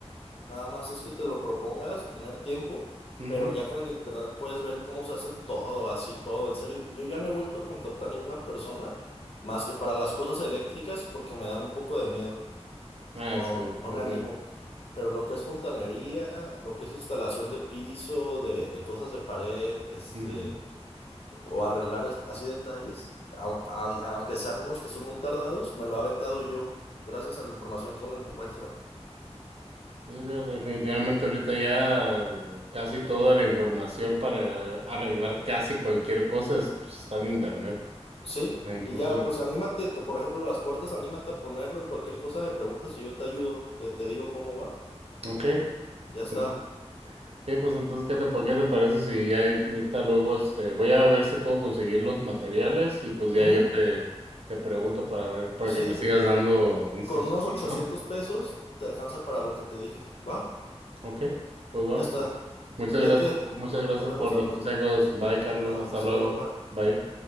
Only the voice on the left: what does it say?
Nada más es que te lo propongas, tener tiempo,
pero ya con el internet puedes ver cómo se hacen todo, así todo, en serio. Yo ya no he vuelto a contratar ninguna persona más que para las cosas eléctricas porque me dan un poco de miedo.
No,
no
me animo. Pero lo que es fontanería, lo que es instalación de piso, de, de cosas de pared, este,
o arreglar es- así detalles, au- a- aunque sean unos que son muy tardados, me lo ha aventado yo gracias a la información que uno encuentra.
Sí,
y ya, pues anímate, t- por ejemplo, las puertas, anímate a ponerlo y cualquier cosa me preguntas y yo te ayudo, te, te digo cómo va,
ya está.
Ujú,
sí,
con unos 800
pesos te alcanza para lo que te dije, va,
ya está.
Cuídate,
no,
nos vemos,
Arnold,
de nada,
hasta
luego, bye.